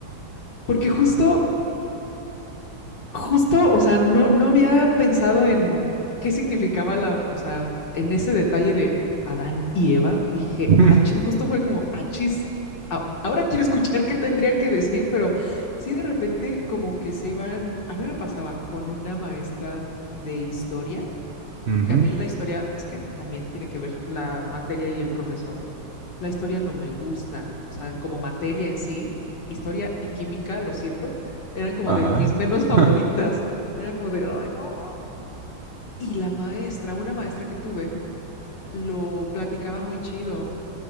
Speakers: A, on the left (about 60°); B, on the right (about 70°).
A: Porque justo Justo, o sea, no, no había pensado en qué significaba la, o sea, en ese detalle de Adán y Eva, dije,
B: <laughs>
A: "Ach-", justo fue como, achis, a- ahora quiero escuchar qué tendría que decir, pero sí de repente como que se iban, a mí me pasaba con una maestra de historia,
B: Ujú.
A: a mí la historia, es que también tiene que ver la materia y el profesor, la historia no me gusta, o sea, como materia en sí, historia y química, lo siento, eran como
B: Ajá.
A: de mis menos favoritas.
B: <laughs>
A: Era como de, ay, no. Y la maestra, una maestra que tuve, lo platicaba muy chido